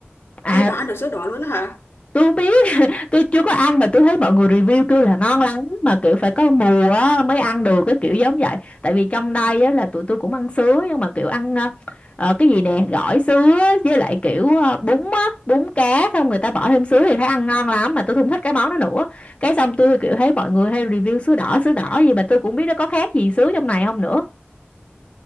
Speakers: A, on the left; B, on the left.
A: À
B: Ê, bà ăn được sứa đỏ luôn đó hả?
A: tôi không biết <laughs> tôi chưa có ăn mà tôi thấy mọi người review kêu là ngon lắm mà kiểu phải có mùa á, mới ăn được cái kiểu giống vậy tại vì trong đây á, là tụi tôi cũng ăn sứa nhưng mà kiểu ăn ờ, ờ, cái gì nè gỏi sứa với lại kiểu ờ, bún á bún cá xong người ta bỏ thêm sứa thì thấy ăn ngon lắm mà tôi không thích cái món đó nữa cái xong tôi kiểu thấy mọi người hay review sứa đỏ sứa đỏ gì mà tôi cũng biết nó có khác gì sứa trong này không nữa